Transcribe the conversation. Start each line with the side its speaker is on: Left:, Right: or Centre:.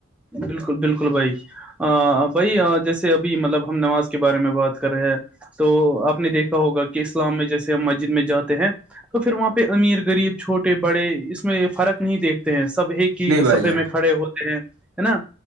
Centre: بالکل بالکل بھائی ا بھائی جیسے ابھی مطلب ہم نماز کے بارے میں بات کر رہے ہیں تو آپ نے دیکھا ہوگا کہ اسلام میں جیسے ہم مسجد میں جاتے ہیں تو پھر وہاں پہ امیر غریب چھوٹے بڑے اس میں فرق نہیں دیکھتے ہیں سب ایک کہ
Right: نہیں بھائی
Centre: سفے
Right: جان
Centre: میں کھڑے ہوتے ہیں ہے نا